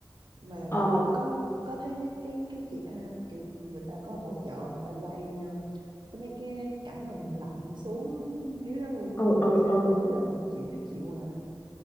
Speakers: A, on the right; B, on the left.
A: mà
B: ờ
A: có có thấy mấy cái cái chị à, kiểu người ta có hỗ trợ người ta quay ờ, cái mấy cái cảnh mà mình lặn xuống dưới đó luôn
B: ừ
A: á hình
B: ừ
A: như thêm
B: ừ
A: mỗi đứa đâu một triệu hai triệu à